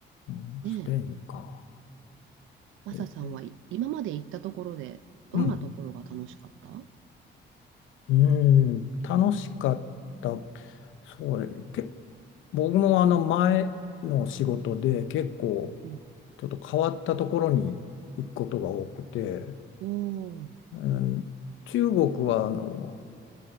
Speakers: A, on the left (about 80°); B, on the right (about 85°).
A: うん、
B: ねえ、
A: スペインか。
B: マサさんはい今まで行ったところで、
A: え
B: どんなところが楽しかったうん
A: うん。うん、楽しかった。そう、け、僕もあの前の仕事で結構
B: うん。
A: ちょっと変わったところに行くことが多くて、
B: おー、
A: うん、中国はあの